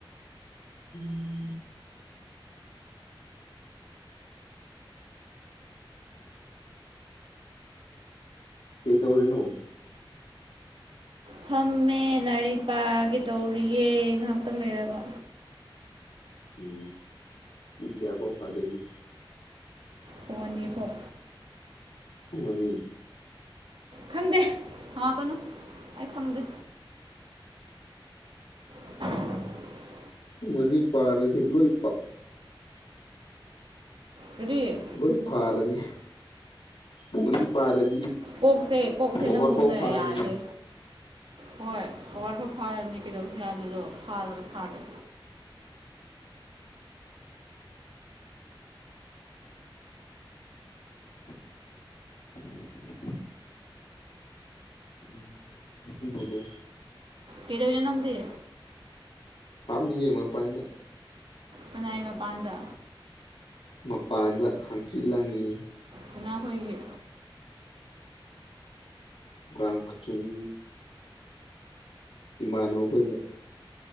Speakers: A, on the left; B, on the right.
A: <inaudible> ꯀꯩ ꯇꯧꯔꯤꯅꯣ?
B: ꯐꯝꯃꯦ ꯂꯥꯏꯔꯤꯛ ꯄꯥꯒꯦ ꯇꯧꯔꯤꯌꯦ ꯉꯥꯍꯛꯇꯪ ꯂꯩꯔꯒ꯫
A: ꯎꯝ, ꯄꯨꯡ ꯀꯌꯥꯐꯥꯎ ꯄꯗꯣꯏꯅꯣ?
B: ꯄꯨꯡ ꯑꯅꯤ ꯐꯥꯎ꯫
A: ꯄꯨꯡ ꯑꯅꯤ꯫
B: ꯈꯪꯗꯦ, ꯍꯪꯉꯛꯀꯅꯨ ꯑꯩ ꯈꯪꯗꯦ꯫ inaudible <inaudible>
A: ꯄꯨꯡ ꯑꯅꯤ ꯄꯥꯔꯗꯤ ꯂꯣꯏ ꯄꯥ
B: ꯀꯔꯤ?
A: ꯂꯣꯏ ꯐꯥꯔꯅꯤ꯫ ꯄꯨꯡ ꯑꯅꯤ ꯄꯥꯔꯗꯤ
B: ꯀꯣꯛꯁꯦ ꯀꯣꯛꯁꯦ
A: ꯀꯣꯕꯔ
B: ꯅꯪꯒꯨꯝꯅ
A: ꯐꯥꯎ ꯐꯥꯔꯅꯤ
B: ꯌꯥꯗꯦ ꯍꯣꯏ ꯀꯣꯕꯥꯔꯐꯨ ꯐꯥꯔꯅꯤ ꯀꯩꯗꯧꯁꯤ ꯍꯥꯏꯕꯅꯣ ꯐꯥꯔꯒ ꯐꯥꯔꯦ
A: <inaudible> ꯎꯝ ꯅꯨꯄꯤꯕꯣꯂꯣ
B: ꯀꯩꯗꯧꯔꯤꯅꯣ ꯅꯪꯗꯤ
A: ꯐꯝꯃꯤꯌꯦ ꯃꯄꯥꯟꯗꯥ
B: ꯀꯅꯥꯏ ꯃꯄꯥꯟꯗ
A: ꯃꯄꯥꯟꯗ ꯍꯪꯆꯤꯠ ꯂꯪꯏ
B: ꯀꯅꯥ ꯈꯣꯏꯒꯤ
A: ꯭ꯉꯥꯔꯥꯡ ꯀꯆꯨꯡ ꯏꯃꯥꯟꯅꯕ ꯍꯣꯏꯒꯥ